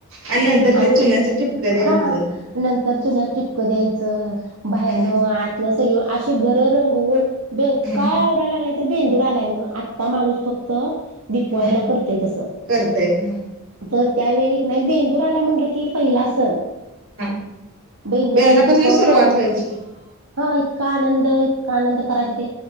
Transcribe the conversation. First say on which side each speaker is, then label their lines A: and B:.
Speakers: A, on the right; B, on the right.
A: आणि नंतर
B: आणि
A: ते चुन्याचं टिपकं द्यायचं.
B: हां नं तर चुन्या टिपकं द्यायचं. बाहेरन
A: हम्म
B: आतन सगळी अशी घर रंगवून बे
A: हम्म
B: काय आवरायला लागलाय. तर बेंदूर आलाय म्हणून, आत्ता माणूस फक्त -- दीपवाळीला
A: हा
B: करतोय तसं,
A: करतय हम्म
B: तर त्यावेळी कनी बें बेंदुर आलायं म्हटलं की पहिला सण.
A: हा
B: बेंदुराला
A: बेंद्रापासूनच
B: इतकं
A: सुरुवात
B: आनंद
A: व्हायची.
B: हां इतका आनंद, इतका आनंद करायच ते